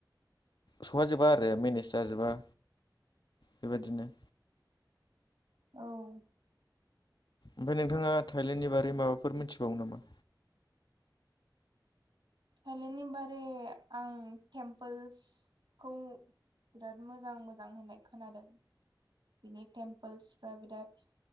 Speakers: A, on the left (about 65°); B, on the right (about 75°).
A: सौहाजोबा आरो मेनेस जाजोबा बेबादिनो
B: औ
A: ओमफ्राय नोंथाङा थायलेण्डनि बारै माबाफोर मोनथिबावो नामा?
B: थाइलेण्डनि बारै आं टेमपोल्सखौ बिराद मोजां मोजां होननाय खोनादों बिनि टेम्पोल्सफ्रा बिराद